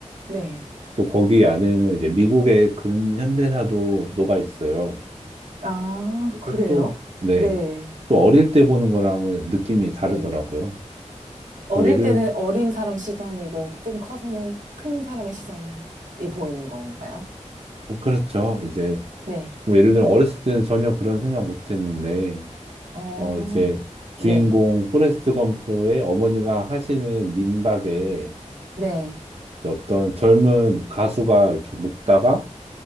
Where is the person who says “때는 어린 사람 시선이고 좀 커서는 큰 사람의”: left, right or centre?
Right